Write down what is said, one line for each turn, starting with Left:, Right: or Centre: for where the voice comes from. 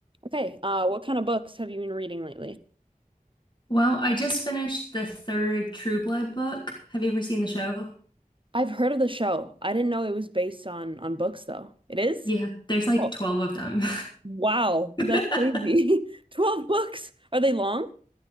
Right: Okay, uh, what kind of books have you been reading lately?
Left: Well, I just finished the third True Blood book. Have you ever seen the show?
Right: I've heard of the show. I didn't know it was based on on books though. It is?
Left: Yeah, there's like
Right: Oh,
Left: 12 of them.
Right: wow,
Left: <laughs>
Right: that's crazy. <laughs> 12 books. Are they long?